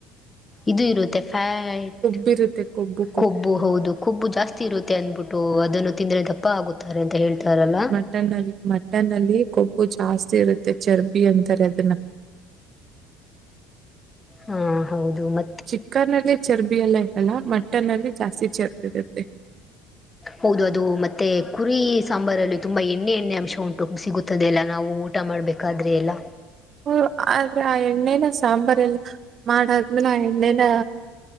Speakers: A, on the left (about 20°); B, on the right (about 45°).
A: ಇದು ಇರುತ್ತೆ ಫ್ಯಾಟ್
B: ಬಿರುತ್ತೆ ಕೊಬ್ಬು
A: ಕೊಬ್ಬು ಹೌದು ಕೊಬ್ಬು ಜಾಸ್ತಿ ಇರುತ್ತೆ ಅಂದ್ಬಿಟ್ಟು ಅದನ್ನು ತಿಂದರೆ ದಪ್ಪ ಆಗುತ್ತಾರೆ ಅಂತ ಹೇಳ್ತಾರಲ್ಲ
B: ಮಟನ್ಲ್ಲಿ ಮಟನ್ ಅಲ್ಲಿ ಕೊಬ್ಬು ಜಾಸ್ತಿ ಇರುತ್ತೆ ಚರ್ಬಿ ಅಂತಾರೆ ಅದನ್ನ
A: ಹಾ ಹೌದು ಮ
B: ಚಿಿಕನ್ ಅಲ್ಲಿ ಚರ್ಬಿ ಎಲ್ಲ ಇರಲ್ಲ ಮಟನ್ ಅಲ್ಲಿ ಜಾಸ್ತಿ ಚರ್ಬಿ ಇರುತ್ತೆ
A: ಹೌದು ಅದು ಮತ್ತೆ ಕುರಿ ಸಾಂಬಾರಲ್ಲಿ ತುಂಬ ಎಣ್ಣೆ ಎಣ್ಣೆ ಅಂಶ ಉಂಟು ಸಿಗುತ್ತದೆ ಎಲ್ಲ ನಾವು ಊಟ ಮಾಡ್ಬೇಕಾದ್ರೆ ಎಲ್ಲ
B: ಹ ಆದ್ರೆ ಆ ಎಣ್ಣೆನ ಸಾಂಬಾರ್ ಎಲ್ಲ ಮಾಡಾದ್ಮೇಲೆ ಆ ಎಣ್ಣೆನ